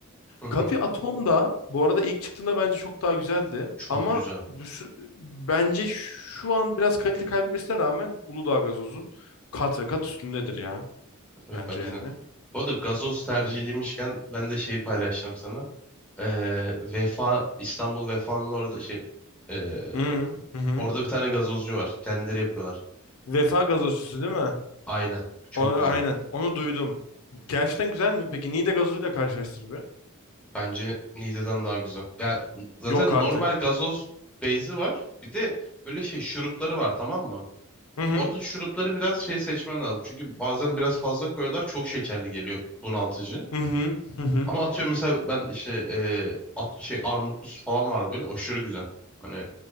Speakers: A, in the centre; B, on the left.
A: Hı hı.
B: Kapi Atom da bu arada ilk çıktığında bence çok daha güzeldi.
A: Çok
B: Ama
A: güzel.
B: bu sü- bence şu an biraz kalite kaybetmesine rağmen Uludağ Gazoz'un kat ve kat üstündedir ya.
A: Evet
B: Bence
A: bence
B: yani.
A: de. Bu arada gazoz tercihi
B: Yani.
A: demişken ben de şeyi paylaşacağım sana. Ee, Vefa, İstanbul Vefa'nın orada şey ee,
B: Hı hı. hı.
A: orada bir tane gazozcu var. Kendileri yapıyorlar.
B: Vefa gazozcusu değil mi?
A: Aynen. Çok
B: O, aynen.
A: güzel.
B: Onu duydum. Gerçekten güzel mi? Peki Niğde gazozuyla karşılaştır be.
A: Bence Nide'den daha güzel. Ya zaten
B: Yok artık.
A: normal gazoz beyzi var. Bir de böyle şey şurupları var tamam mı?
B: Hı hı
A: Orada şurupları biraz şey seçmen lazım. Çünkü bazen biraz fazla koyuyorlar. Çok şekerli geliyor bunaltıcı.
B: Hı hı hı hı.
A: Ama atıyorum mesela ben işte e, at, şey armutlu su falan vardı böyle aşırı güzel. Hani